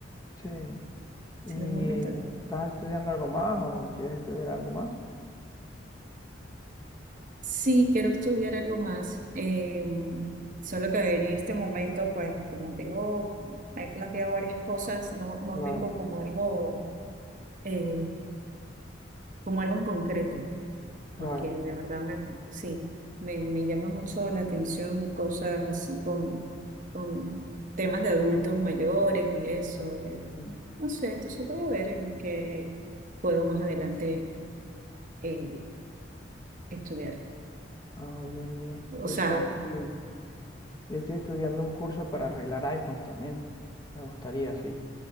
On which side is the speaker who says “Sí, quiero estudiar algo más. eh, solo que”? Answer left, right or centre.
Right